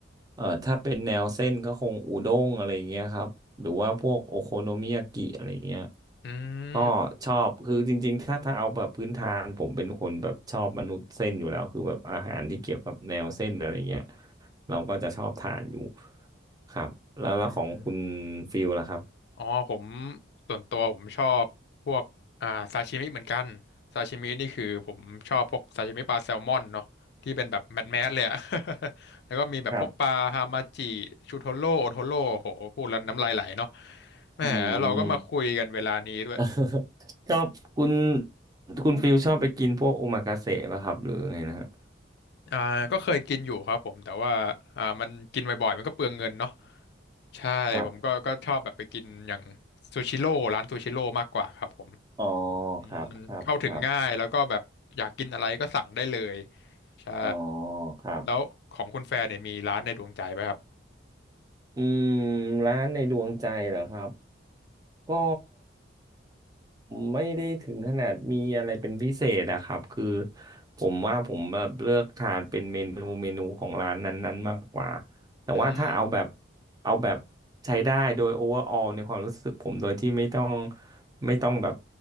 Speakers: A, on the right; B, on the left.
A: เอ่อถ้าเป็นแนวเส้นก็คงอุด้งอะไรอย่างเงี้ยครับหรือว่าพวกโอโคโนมิยากิอะไรอย่างเงี้ย
B: อืม
A: ก็ชอบคือจริงๆถ้าถ้าเอาแบบพื้นฐานผมเป็นคนแบบชอบมนุษย์เส้นอยู่แล้วคือแบบอาหารที่เกี่ยวกับแนวเส้นอะไรเงี้ยเราก็จะชอบทานอยู่ครับแล้วแล้วของคุณ
B: อืม
A: ฟิลล่ะครับ
B: อ๋อผมส่วนตัวผมชอบพวกอ่าซาชิมิเหมือนกันซาชิมินี่คือผมชอบพวกซาชิมิปลาแซลมอนเนาะที่เป็นแบบแมสแมสเลยอะ <laughs> แล้วก็มีแบบพวกปลาฮามาจิชูโทโร่โอโทโร่โหพูดแล้วน้ำลายไหลเนาะ
A: ครับ
B: แหมเราก็มาคุยกันเวลานี้ด้วย
A: อืม <laughs> ชอบคุณคุณฟิลชอบไปกินพวกโอมากาเสะป่ะครับหรือไงนะฮะ
B: อ่าก็เคยกินอยู่ครับผมแต่ว่าอ่ามันกินบ่อยๆมันก็เปลืองเงินเนาะใช่ผมก็ก็ชอบแบบไปกินอย่าง
A: ครับ
B: ซูชิโร่ร้านซูชิโร่มากกว่าครับผม
A: อ๋อ
B: อืมมันเข้าถึงง่ายแล้วก็แบบอยากกินอะไรก็สั่งได้เลย
A: ครับครับครับ
B: ใช่
A: อ๋อครับ
B: แล้วของคุณแฟนเนี่ยมีร้านในดวงใจไหมครับ
A: อืมร้านในดวงใจเหรอครับ ก็ไม่ได้ถึงขนาดมีอะไรเป็นพิเศษอะครับคือผมว่าผมแบบเลือกทานเป็นเมนูเมนูของร้านนั้นๆมากกว่าแต่ว่าถ้าเอาแบบ
B: อืม
A: เอาแบบใช้ได้โดยโอเวอร์ออลในความรู้สึกผมโดยที่ไม่ต้องไม่ต้องแบบ